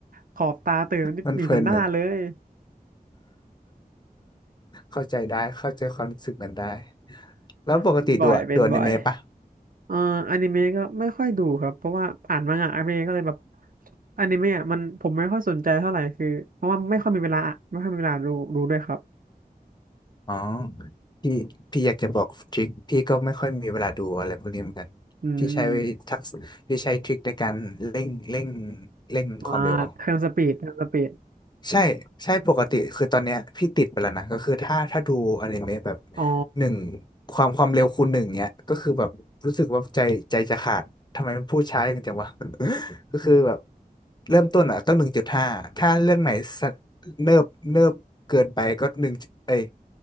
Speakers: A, on the right (about 65°); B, on the left (about 30°).
A: ขอบตาตื่นมันนี่มีพันหน้าเลย
B: มันเพลินน่ะเข้าใจได้ เข้าใจความรู้สึกมันได้แล้วปกติดูอะดูอนิเมะปะ
A: เป็นบ่อยเป็นบ่อย เอ่ออนิเมะก็ไม่ค่อยดูครับเพราะว่าอ่านมังงะอนิเมะก็เลยแบบอนิเมะอมันผมไม่ค่อยสนใจเท่าไหร่คือเพราะว่าไม่ค่อยมีเวลาไม่ค่อยมีเวลาดูดูด้วยครับ
B: อ๋อพี่พี่อยากจะบอกทริคพี่ก็ไม่ค่อยมีเวลาดูอะไรพวกนี้เหมือนกัน
A: อืม
B: พี่ใช้ทักษะพี่ใช้ทริคในการเร่งเร่งเร่งความเร็ว
A: อ่าเทร์นสปีดเทร์นสปีด
B: ใช่ใช่ปกติคือตอนเนี้ยพี่ติดไปแล้วนะก็คือถ้าถ้าดูอนิเมะแบบ
A: อ๋อ
B: หนึ่งความความเร็วคูณหนึ่งเนี้ยก็คือแบบรู้สึกว่าใจใจจะขาดทำไมมันพูดช้าอย่างจังวะ <laughs> ก็คือแบบเริ่มต้นอ่ะต้องหนึ่งจุดห้าถ้าเรื่องไหนสะเนิบเนิบเกินไปก็หนึ่งเอ้ย